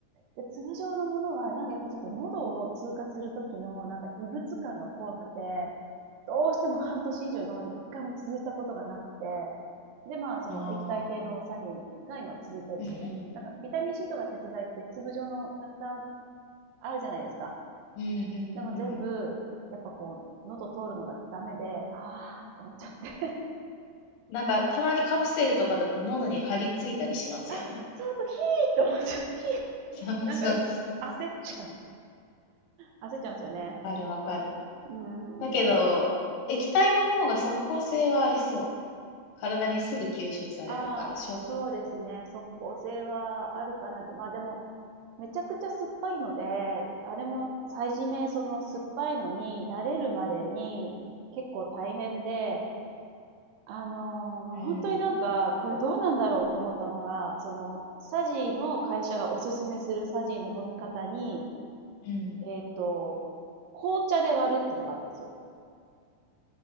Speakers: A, on the right (about 75°); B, on the left (about 70°).
A: で、通常のものは、なんかやっぱちょっと喉を通過するときの、なんか異物感が怖くて、どうしても半年以上今まで一回も続いたことがなくて、で、まあ、その液体系のサリンが今続いてるんですよね。
B: ああ。うん。
A: なんか、ビタミン C とか鉄剤って粒状のたくさんあるじゃないですか。
B: うん、うんうん。
A: でも全部、やっぱこう、喉通るのがダメで、あーと思っちゃって。
B: なんか、たまにカプセルとかだと喉に張り付いたりしますよね。
A: <laughs> あ、そうと、ヒーと思っちゃう。ヒ
B: そうそうそう。
A: ーなんか、焦っちゃう。焦っちゃうんですよね。
B: わかるわかる。
A: うーん。
B: だけど、液体の方が即効性はありそう。体にすぐ吸収されるから、
A: ああ、
B: 消化。
A: そうですね。速攻性はあるかな。まあでも、めちゃくちゃ酸っぱいので、あれも最初め、その酸っぱいのに慣れるまでに結構大変で、あのーまあ本当になんか、
B: うん、
A: これどうなんだろうと思ったのが、その、サジの会社がおすすめするサジの飲み方に、
B: うん。
A: えっと、紅茶で割るっていうのがあったんですよ。